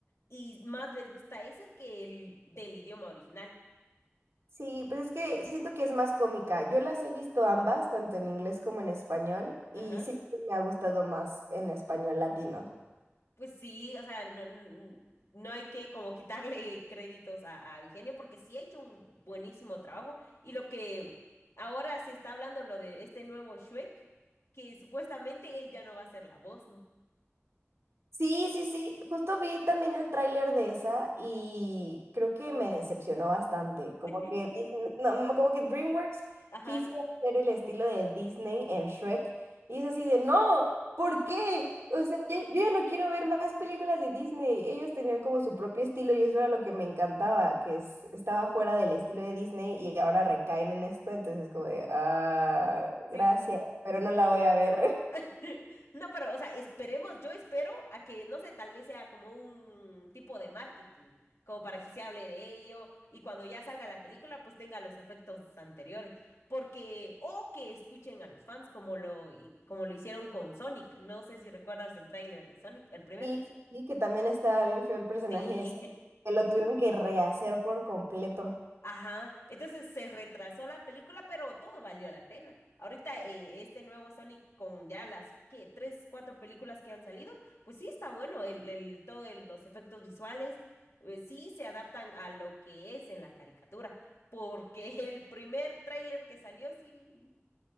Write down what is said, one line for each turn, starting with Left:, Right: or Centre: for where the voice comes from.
Left: y más les gusta eso que el del idioma original.
Right: Sí, pues es que siento que es más cómica. Yo las he visto ambas, tanto en inglés como en español, y
Left: Ajá.
Right: siempre me ha gustado más en español latino.
Left: Pues sí, o sea, no, n- no hay que como quitarle créditos a, a Eugenio porque sí ha hecho un buenísimo trabajo. Y lo que ahora se está hablando, lo de este nuevo Shrek, que supuestamente él ya no va a ser la voz, ¿no?
Right: Sí, sí, sí. Justo vi también el tráiler de esa y creo que me decepcionó bastante. Como
Left: <laughs>
Right: que Disney- no, no, como que DreamWorks
Left: Ajá,
Right: quiso hacer el estilo de Disney en Shrek y es así de no, ¿por qué? O sea, ya- yo ya no quiero ver más películas de Disney. Ellos tenían como su propio estilo y eso era lo que me encantaba, que es- estaba fuera del estilo de Disney y ahora recaen en esto, entonces es como de ah, gracias,
Left: sí.
Right: pero no la voy a ver.
Left: <laughs> No, pero, o sea, esperemos, yo espero a que, no sé, tal vez sea como un tipo de marketing, como para que se hable de ello y cuando ya salga la película, pues tenga los efectos anteriores, porque, o que escuchen a los fans como lo, hi- como lo hicieron con Sonic, no sé si recuerdas el tráiler de Sonic, el primer.
Right: Sí, sí, sí, que también estaba bien feo el personaje
Left: Sí,
Right: ese, que lo tuvieron que rehacer por completo.
Left: Ajá, entonces se retrasó la película, pero todo valió la pena. Ahorita eh, este nuevo Sonic con ya las que tres, cuatro películas que han salido, pues sí está bueno el, el todo el- los efectos visuales, eh, sí se adaptan a lo que es en la caricatura, porque <laughs> el primer tráiler que salió sí